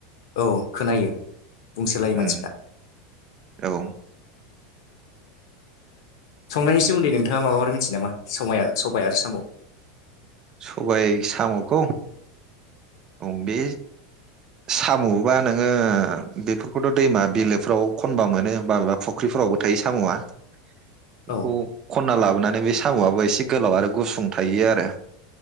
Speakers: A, on the left; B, on the right.
A: औ खोनायो बुंसोलायो मानसिफ्रा
B: उम औ
A: संनायनि सोमोन्दै नोंथाङा माबाफोर मिथियो नामा सबाया आरो सबाय आरो साम'
B: सबाय साम'खौ औ बे साम'बा नोङो बेफोरखौथ' दैमा बिलोफोराव खनबा मोनो माबेबा फुख्रिफोरावबो थायो साम'आ बेखौ
A: औ
B: खनना लाबोनानै बे साम'आबो एसे गोलाव आरो गुसुं थायो आरो